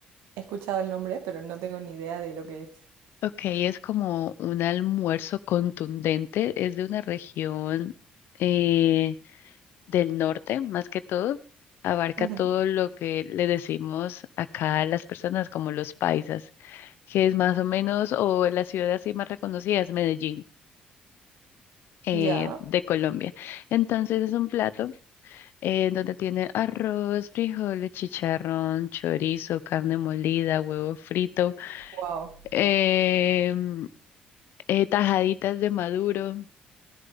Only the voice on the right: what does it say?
He escuchado el nombre, pero no tengo ni idea de lo que es.
Ujú.
Ya.
Wow.